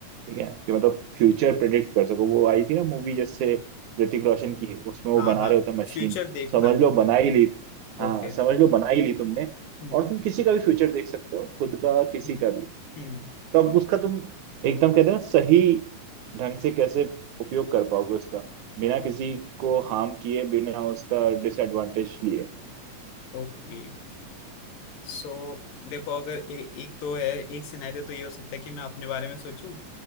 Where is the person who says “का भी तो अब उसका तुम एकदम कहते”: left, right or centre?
Right